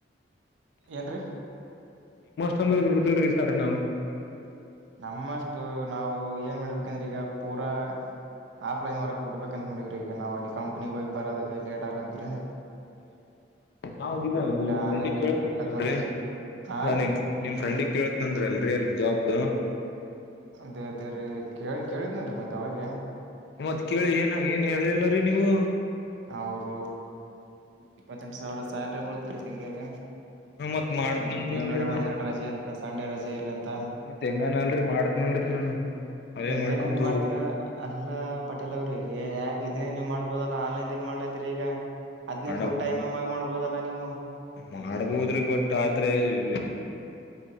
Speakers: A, on the right; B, on the left.
A: ಏನ್ರರಿ
B: ಸಮ್ಮದದ ಉಡುದಲ್ ರೀ ಸಾರಣವು
A: ನಮ್ಮಷ್ಟು ನಾವು ಏನ್ ಮಾಡ್ಬೇಕಂದ್ರೆ ಈಗ ಪೂರಾ ಆಫ್ಲೈನ್ ವರ್ಕ್ ಬಿಡ್ಬೇಕಂತ ಮಾಡವ್ರ ಈಗ ನಾವವು ಅಲ್ಲಿ ಕಂಪ್ನಿಗೆ ಹೋಗಿ ಬರೋದಕ್ಕೆ ಲೇಟ್ ಆಗದ್ರೀ
B: ಹೌದೌ ನಾವ
A: ಆನ್ಲೈನ್ದಾಗ
B: ್ರಂಡಿ ಕೇಳ್ತನಂತಲ್ರಿ
A: ದುಡಿಬೇಕಂತ ಮಾಡಿವ್ರಿ ಹಾ ರೀ
B: ನಿಮ ನಿಮ್ ಫ್ರೆಂಡಗ್ ಕೇಳತ್ ನಂದ್ರ ಅಲ್ರರಿ ಅಲ್ ಜಾಬ್ದು
A: ಅದೇ ಅದೇ ರೀ ಕೇಳಿ ಕೇಳಿದ್ನೇನ್ರೀ ಮತ್ ಅವಾಗ
B: ಮತ್ ಕೇಳಿ ಏನ ಏನ್ ಹೇಳಿಲ್ಲರಿೀ ನೀವು
A: ಅವರು ಇಪ್ಪತ್ತೆಂಟು ಸಾವಿರ ಸ್ಯಾಲ್ರಿ ಬಳತ್ ರರಿ ತಿಂಗಳಗ
B: ಮತ್ ಮಾಡ್ತನನ್ರಿ
A: ಒ ತಿಂಗಳದಾಗ ಒಂದ್ ಎರಡು ರಜೆ ಅಂತ ಸಂಡೆ ರಜೆ ಇಲ್ಲ ಅಂತ
B: ಮತ್ತತ್ ಹೆಂಗಾನ ಅಲ್ರಿ ಮಾಡತ್ನಲ್ರಿ ನಾನು ಅವೇ
A: ಹೆಂಗನ
B: ಮಾಡ್ಕೊಂತ
A: ಅಲ್ಲಿ ಮಾಡ್ತೀನ
B: ಹೋಗ್ಬೇಕು
A: ಅಲ್ಲ ಪಟೇಲ್ ಅವ್ರಿ ಯಾಕ ಇದನೇ ನೀವ್ ಮಾಡ್ಬೋದಲ್ಲ ಆನ್ಲೈನ್ ಮಾಡ್ಲೈತಿರಿ ಈಗ ಅದ್ೇ
B: ಮಾಡ
A: ಫುಲ್ ಟೈಮ್ ಮ ಮಾಡ್ಬೋದಲ್ಲ ನೀವು
B: ಮಾಡ್ಬೋದ್ರಿ ಬಟ್ ಆದ್ರೆಾಗಲ್